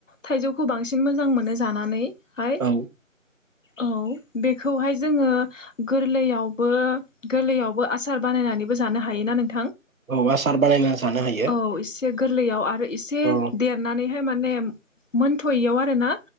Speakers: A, on the left; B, on the right.
A: थाइजौखौ बांसिन मोजां मोनो जानानै। हाय
B: औ
A: औ बेखौहाय जोङो गोरलैयावबो गोरलैयावबो आसार बानायनानैबो जानो हायोना नोंथ
B: औ आसार बानायना जानो हायो।
A: औ एसे गोरलैयाव आरो एसे
B: औ
A: देरनानै फ्राय माने मोनथ'यैयाव आरो ना